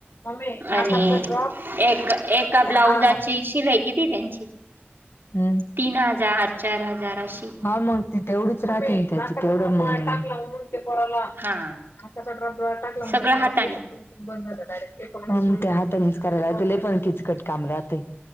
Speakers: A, on the left; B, on the right.
A: मम्मी
B: आणि
A: नाकाचा ड्रॉप
B: एक एका ब्लाउजाची
A: हा
B: शिलाई किती त्यांची?
A: हम्
B: तीन हजार चार हजार अशी.
A: हा मग ती तेवढीच राहते ना त्याची तेवढं मग ते पोराला
B: हा
A: नाकाचा ड्रॉप डोळ्यात टाकला म्हण
B: सगळं
A: त्या पोराला
B: हाताने
A: दिसायचं बंद झालेत. हा म ते हातानेच करायला, ती लय पण किचकट काम राहतंय.